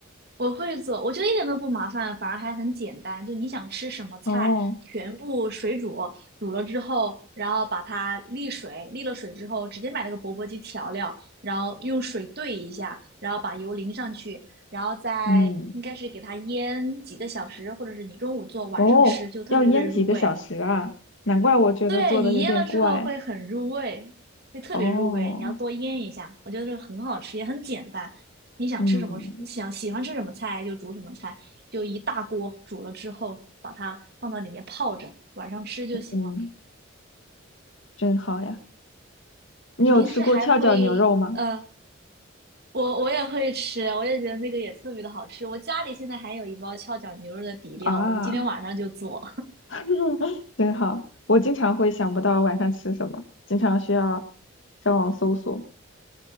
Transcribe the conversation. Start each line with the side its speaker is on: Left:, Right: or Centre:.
Right: 我会做，我觉得一点都不麻烦，反而还很简单。就你想吃什么菜，
Left: 哦，
Right: 全部水煮，煮了之后，然后把它沥水，沥了水之后，直接买那个钵钵鸡调料，然后用水兑一下，然后把油淋上去，然后再应该是给它腌几个小时，
Left: 嗯，
Right: 或者是你中午做，晚上吃，
Left: 哦，
Right: 就特别特别入味。
Left: 要腌几个小时啊？难怪我觉得做的有点怪。
Right: 对，你腌了之后会很入味，会特别入味。
Left: 哦，
Right: 你要多腌一下，我觉得这个很好吃，也很简单。你想吃什么，
Left: 嗯
Right: 想喜欢吃什么菜就煮什么菜，就一大锅煮了之后，把它放到里面泡着，晚上吃就行了。
Left: 嗯，真好呀。你有吃过翘脚牛肉吗？
Right: 你平时还会呃，我我也会吃，我也觉得那个也特别的好吃。我家里现在还有一包翘脚牛肉的底料，
Left: 啊，
Right: 我今天晚上就做。
Left: <laughs> 真好。我经常会想不到晚上吃什么，经常需要上网搜索。